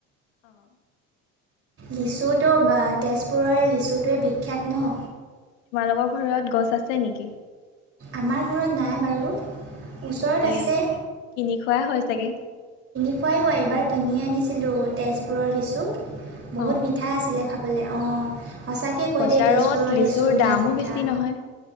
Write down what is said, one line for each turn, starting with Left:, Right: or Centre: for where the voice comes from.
Left: অঁ।
Right: লিচুটো তেজপুৰৰ লিচুটোৱে বিখ্যাত ন
Left: তোমালোকৰ ঘৰত গছ আছে নেকি!
Right: আমাৰ ঘৰত নাই বাৰু ওচৰত
Left: তেন্তে
Right: আছে
Left: কিনি খোৱাাই হয় চাগে
Right: হয় হয় এবাৰ কিনি আনিছিলোঁ তেজপুৰৰ লিচু বহুত
Left: অ',
Right: মিঠা আছিলে খাব বোলে অঁ সঁচাকে কয়
Left: বজাৰত
Right: দেই তেজপুৰৰ
Left: লিচুৰ
Right: লিচুবিলাক
Left: দামো
Right: মিঠা
Left: বেছি নহয়।